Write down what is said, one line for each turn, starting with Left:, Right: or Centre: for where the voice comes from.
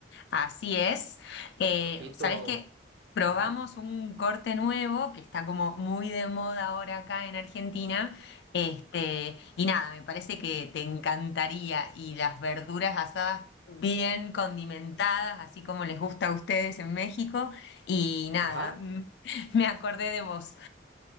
Left: Así es. Eh,
Right: ojito,
Left: ¿sabés qué? Probamos
Right: ajá,
Left: un corte nuevo que está como muy de moda ahora acá en Argentina. Este, y nada, me parece que te encantaría. Y las verduras asadas bien condimentadas, así como les gusta a ustedes en México. Y nada,
Right: ajá,
Left: mm, <laughs> me acordé de vos.